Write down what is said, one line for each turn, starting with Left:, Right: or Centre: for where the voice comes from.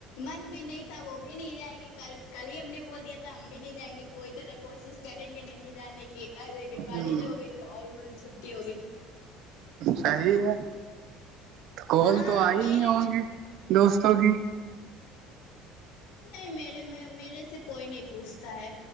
Left: من بھی نہیں <inaudible> وہ بھی نہیں جائیں گے کل کل ہی ہم نے بول دیا تھا ہم بھی نہیں جائیں گے کوئی طرح کوشش کریں گے نہیں جانے کی لیکن بارش
Right: ہ
Left: ہو گئی تو اور م چھٹی ہوگی
Right: صحیح ہے تو کال
Left: ہاں
Right: تو
Left: اکیلے
Right: آئی ہی ہوں گے دوستوں کی
Left: نہیں میرے میں میرے سے کوئی نہیں پوچھتا ہے